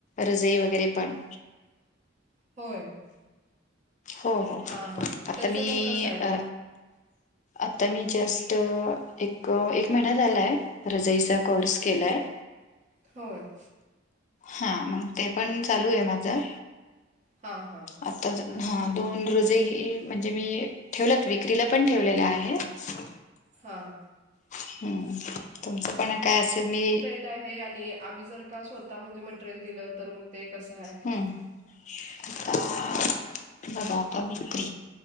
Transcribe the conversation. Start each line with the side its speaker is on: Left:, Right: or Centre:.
Left: रजई वगैरे पण.
Right: होय.
Left: हो हो
Right: हां हां
Left: आता
Right: त्याचे
Left: मी
Right: मग कसं आहे
Left: अ आता मी जस्ट एक एक महिना झालाय, रजईचा कोर्स केलाय.
Right: होय.
Left: हा, मग ते पण चालू आहे माझं.
Right: हां हां
Left: आताच हा दोन रजई घेई म्हणजे मी ठेवल्यात, विक्रीला पण ठेवलेल्या आहेत.
Right: हा हा.
Left: हम्म, तुमचं पण आता असंच मी
Right: काय हे आणि आम्ही जर का स्वतः म्हणजे मटरेल दिलं, तर मग ते कसं आहे?
Left: हम्म
Right: <inaudible>
Left: आता बघा आता विक्री